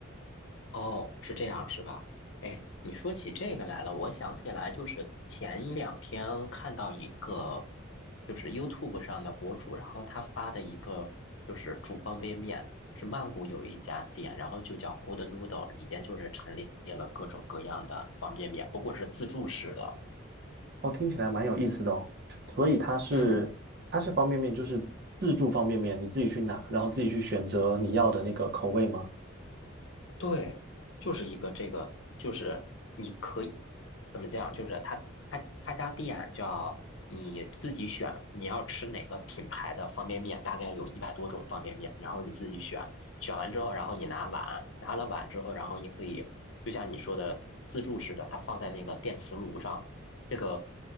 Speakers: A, on the left; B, on the right.
A: 哦，是这样是吧？哎，你说起这个来了，我想起来，就是前两天看到一个，就是 YouTube 上的博主，然后他发的一个就是煮方便面，是曼谷有一家店，然后就叫 Good Noodle，里边就是陈列了各种各样的方便面，不过是自助式的。
B: 哦，听起来蛮有意思的哦。所以它是它是方便面，
A: 嗯。
B: 就是自助方便面，你自己去拿，然后自己去选择你要的那个口味吗？
A: 对，就是一个这个，就是你可以怎么讲？就是他他他家店叫你自己选，你要吃哪个品牌的方便面，大概有一百多种方便面，然后你自己选，选完之后，然后你拿碗，拿了碗之后，然后你可以就像你说的自自助似的，它放在那个电磁炉上，这个